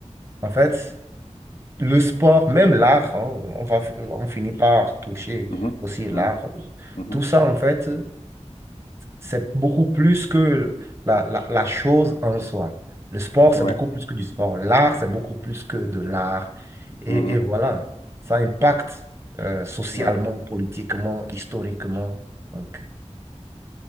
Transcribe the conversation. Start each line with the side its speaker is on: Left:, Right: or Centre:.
Right: en fait le sport, même l'art, hein, on va, on finit par toucher
Left: mhm,
Right: aussi l'art.
Left: mhm, mhm.
Right: Tout ça, en fait, c'est beaucoup plus que la, la, la chose en soi. Le sport, c'est
Left: Ouais,
Right: beaucoup plus que du sport. L'art, c'est beaucoup plus que de l'art. Et,
Left: mhm,
Right: et voilà, ça impacte euh, socialement,
Left: ouais,
Right: politiquement, historiquement. Donc,